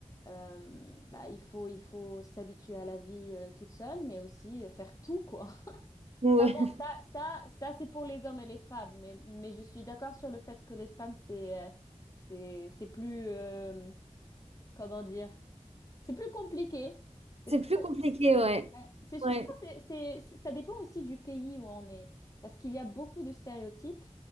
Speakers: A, on the left; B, on the right.
A: euh, bah, il faut, il faut s'habituer à la vie euh, toute seule, mais aussi euh, faire tout, quoi. <laughs>
B: Ouais.
A: Ça, bon,
B: <laughs>
A: ça, ça, ça, c'est pour les hommes et les femmes, mais, mais je suis d'accord sur le fait que les femmes, c'est, euh, c'est, c'est plus, euh, comment dire? C'est plus compliqué. C'est
B: C'est
A: plus
B: plus
A: compliqué.
B: compliqué, ouais.
A: Ouais. C'est, je
B: Ouais.
A: pense que c'est, c'est- ça dépend aussi du pays où on est, parce qu'il y a beaucoup de stéréotypes.